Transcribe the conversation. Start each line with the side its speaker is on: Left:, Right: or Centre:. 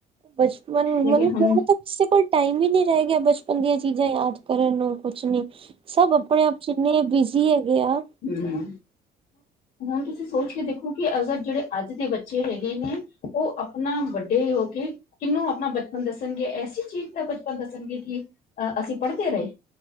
Right: ਬਚਪਨ
Left: ਲੇਕਿਨ
Right: ਮਨ
Left: ਹੁਣ
Right: ਹੁਨ ਤਾ ਕਿਸੇ ਕੋਲ ਟਾਈਮ ਹੀ ਨੀ ਰਹਿ ਗਿਆ, ਬਚਪਨ ਦੀਆਂ ਚੀਜ਼ਾਂ ਯਾਦ ਕਰਨ ਨੂੰ ਕੁਛ ਨੀ। ਸਭ ਆਪਣੇ ਆਪ ਚ ਇੰਨੇ ਬਿਜ਼ੀ ਹੈਗੇ ਆ।
Left: ਹੂੰ ਹੁਣ ਤੁਸੀਂ ਸੋਚ ਕੇ ਦੇਖੋ ਕਿ ਅਗਰ ਜੇੜੇ ਅੱਜ ਦੇ ਬੱਚੇ ਹੈਗੇ ਨੇ ਉਹ ਆਪਣਾ ਵੱਡੇ ਹੋ ਕੇ ਕਿਹਨੂੰ ਆਪਣਾ ਬਚਪਨ ਦੱਸਣਗੇ, ਐਸੀ ਚੀਜ਼ ਦਾ ਬਚਪਨ ਦੱਸਣਗੇ ਕਿ ਅਹ ਅਸੀਂ ਪੜ੍ਹਦੇ ਰਏ।